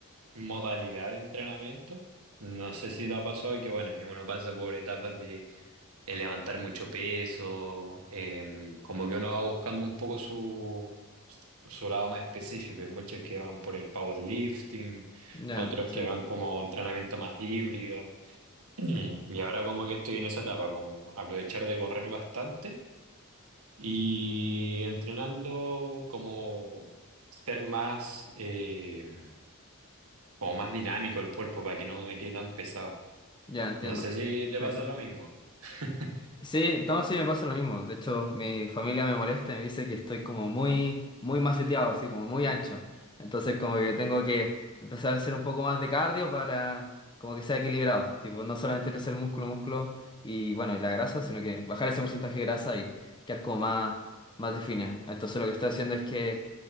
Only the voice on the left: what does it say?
Ya,
sí,
ya entiendo.
Perfecto.
Sí, no, sí me pasa lo mismo. De hecho, mi familia me molesta y me dice que estoy como muy, muy maceteado, así como muy ancho. Entonces, como que tengo que empezar a hacer un poco más de cardio para como que sea equilibrado. Tipo, no solamente crecer músculo, músculo y bueno, y la grasa, sino que bajar ese porcentaje de grasa y quedar como más, más definido. Entonces, lo que estoy haciendo es que